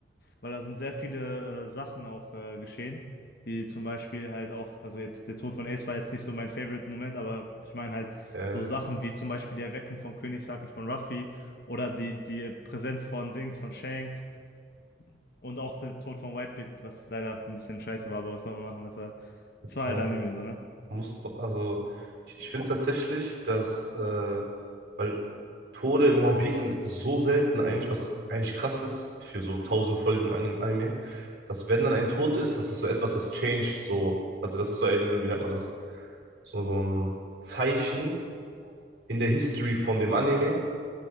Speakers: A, on the left (about 60°); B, on the right (about 65°).
A: weil da sind sehr viele äh, Sachen auch äh, geschehen, die zum Beispiel halt auch, also jetzt der Tod von Ace war jetzt nicht so mein Favorite-Moment, aber ich meine halt
B: äh,
A: so Sachen wie zum Beispiel die Erweckung von König Saki von Ruffy oder die, die Präsenz von Dings, von Shanks und auch den Tod von Whitebeard, was leider ein bisschen scheiße war, aber was soll man machen, das war, das war
B: äh,
A: halt Anime so, ne?
B: muss, also ich, ich finde tatsächlich, dass, äh, weil Tode in One Piece sind so selten eigentlich, was eigentlich krass ist für so tausend Folgen An- Anime, dass wenn dann ein Tod ist, das ist so etwas, das changed so, also das ist so ein, wie nennt man das? So, so ein Zeichen in der History von dem Anime